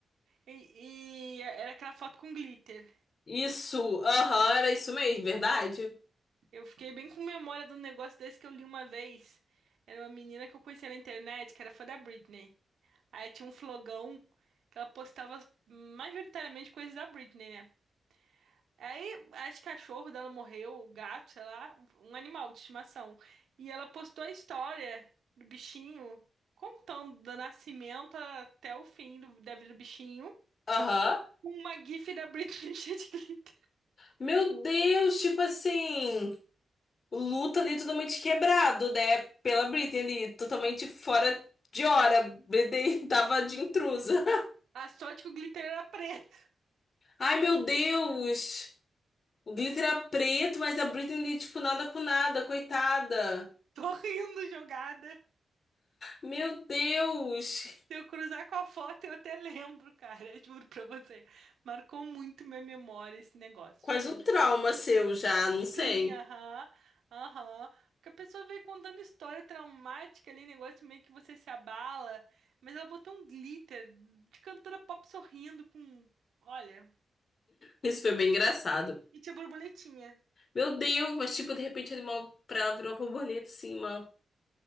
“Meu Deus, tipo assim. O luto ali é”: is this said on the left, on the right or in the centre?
Left